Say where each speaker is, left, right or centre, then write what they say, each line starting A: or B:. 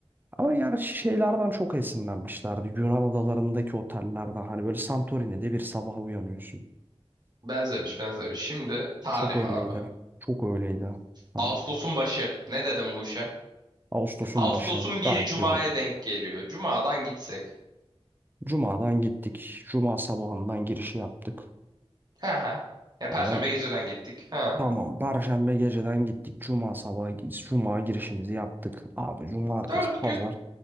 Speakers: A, on the right; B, on the right.
A: ama yani şeylerden çok esinlenmişlerdi. Yunan adalarındaki otellerden hani böyle Santorini'de bir sabah uyanıyorsun.
B: Benzemiş benzemiş. Şimdi tarih
A: Çok öyleydi.
B: abi.
A: Çok öyleydi. Hani
B: Ağustos'un başı. Ne dedim bu işe?
A: Ağustos'un
B: Ağustos'un
A: başı gayet
B: biri Cuma'ya
A: güzel.
B: denk geliyor. Cuma'dan gitsek.
A: Cuma'dan gittik. Cuma sabahından girişi yaptık.
B: He he. Ya Perşembe
A: Hani
B: geceden gittik. Ha.
A: tamam Perşembe geceden gittik. Cuma sabahı Cuma girişimizi yaptık. Abi cumartesi
B: Dört
A: pazar.
B: gün.